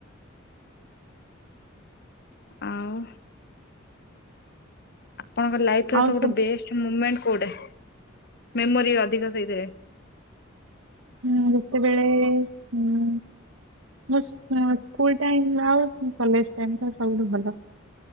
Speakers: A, on the left; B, on the right.
A: ଆଉ? ଆପଣଙ୍କ ଲାଇଫ ର
B: ଆଉ
A: ସବୁଠୁ
B: ସବୁ
A: ବେଷ୍ଟ ମୁମେଣ୍ଟ କୋଉଟା ମେମୋରି ଅଧିକ ସେଇଥିରେ?
B: ହୁଁ ଯେତେବେଳେ ହୁଁ। ମୋ ସୁ ଉଁ ସ୍କୁଲ ଟାଇମ ଆଉ କଲେଜ ଟାଇମ ତ ସବୁଠୁ ଭଲ।